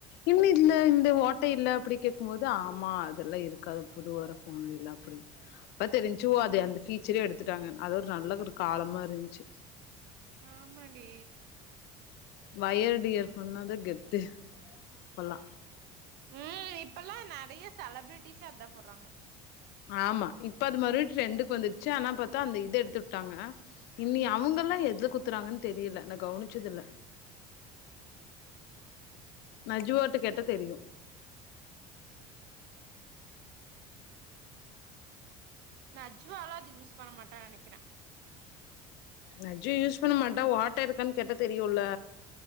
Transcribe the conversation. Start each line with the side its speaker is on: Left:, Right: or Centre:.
Left: என்ன இதுல
Right: ம்
Left: இந்த ஓட்ட இல்ல அப்டி கேக் கும்போது ஆமா அதெல்லா இருக்காது புது வர ஃபோன்லலா அப்டினு அப்ப தா தெரிஞ்ச்சு ஓ அத அந்த ஃபீச்சரே எடுத்துட்டாங்க அது ஒரு நல்ல ஒரு காலமா இருந்ச்சு
Right: ஆமா டி
Left: வயர்டு இயர் ஃபோன்னா தா கெத்து அப்பல்லா
Right: ம் இப்பல்லா நறைய செலபிரிட்டிஸ்சே அதா போட்றாங்க
Left: ஆமா இப்ப அது மறுபடி ட்ரெண்டுக்கு வந்துடுச்சு ஆனா பாத்தா அந்த இது எடுத்து உட்டாங்க இன்னி அவங்கல்லா எது குத்துறாங்கன் தெரில நா கவனிச்சது இல்ல நஜூவாட்ட கேட்ட தெரியு
Right: நஜ்வாலா அது யூஸ் பண்ண மாட்டா நெனைக்கறே
Left: நஜூ யூஸ் பண்ண மாட்டா ஓட்ட இருக்கான் கேட்டா தெரியுல